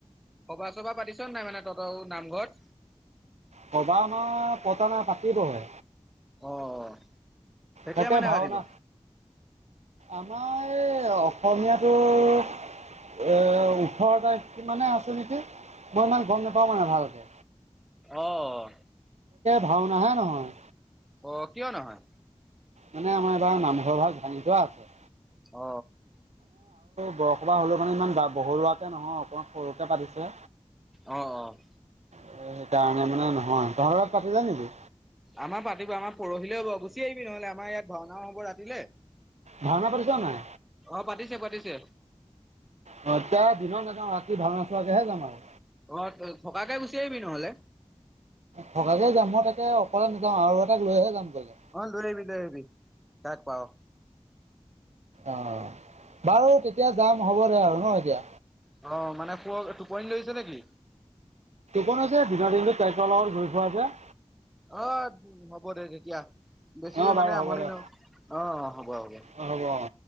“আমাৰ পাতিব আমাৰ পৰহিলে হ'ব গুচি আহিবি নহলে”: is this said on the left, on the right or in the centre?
Centre